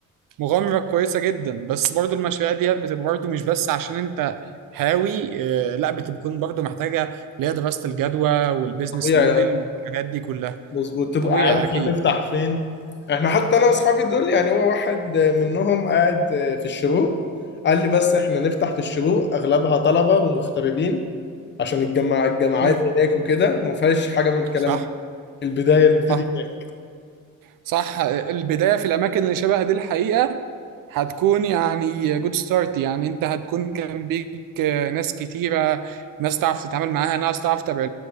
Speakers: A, on the right; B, on the left.
A: مغامرة كويسة جدا بس برضو المشاريع ديت بتبقى برضو مش بس عشان انت هاوي آه، لا بتكون برضو محتاجة اللي هي دراسة الجدوى والبيزنس
B: طبيعي
A: موديل
B: يعني.
A: والحاجات دي كلها
B: مظبوط تبقى
A: طبيعي
B: عارف
A: اكيد
B: هتفتح فين احنا حتى انا واصحابي دول يعني هو واحد منهم قاعد في الشروق قال لي بس احنا نفتح في الشروق اغلبها طلبة ومغتربين عشان الجماعة الجامعات
A: مم.
B: هناك وكده وما فيهاش حاجة من الكلام
A: صح
B: ده البداية نبتدي
A: صح
B: كده
A: صح البداية في الأماكن اللي شبه دي الحقيقة هتكون يعني جود ستارت يعني أنت هتكون جنبيك آه، ناس كتيرة ناس تعرف تتعامل معاها ناس تعرف تتابع